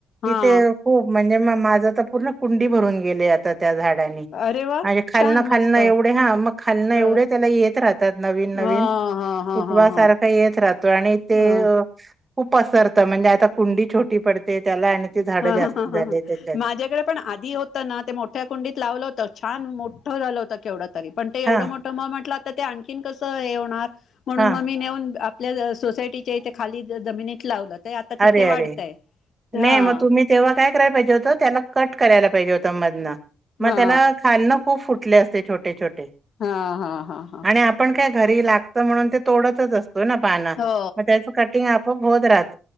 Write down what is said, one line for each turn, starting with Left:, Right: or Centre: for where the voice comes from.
Left: हा
Right: किथ खूप म्हणजे माझ तर पूर्ण कुंडी भरून गेले आता. त्या झाडानी
Left: अरे वा
Right: म्हजी खालन
Left: छान
Right: खालन
Left: मस्त
Right: एवढे हा म खालन एवढे
Left: ह
Right: त्या येत राहतात नवीण नवी
Left: हा
Right: नवीण
Left: हा हा
Right: कुठवा सारख
Left: हा
Right: येत राहतो आणि ते.
Left: हा
Right: खूप पसरतं म्हणजे आता कुंडी छोटी पडते त्याला. ते झाडं
Left: हा
Right: जास्त
Left: ह ह
Right: झाले
Left: ह
Right: त्याच्यात
Left: माझ्याकडे पण आधी होतं ना ते मोठ्या कुंडीत लावलं होत छान मोठ. मोठ झालं होतं केवढं तरी पण ते एवढं
Right: हा
Left: मोठं मग म्हटलं आता ते आणखीन कसं हे होणार म्हणून
Right: हा
Left: मग मी नेऊन आपल्या सोसायटीच्या इथे खाली जमिनीत लावलं. ते आता तिथे
Right: अरे अरे
Left: वाढतय
Right: नाही
Left: हा.
Right: मग तुम्ही तेव्हा काय करायला पाहिजे होत, त्याला कट करायला पाहिजे होत, मधन
Left: हा
Right: मग त्याला खालन. खूप फुटले असते, छोटे छोटे
Left: हा हा हा हा
Right: आणि आपण काय घरी लाग म्हणून ते तोडतच असतो, ना पान
Left: हो
Right: मग त्याच कटिंग आपप होत राहत.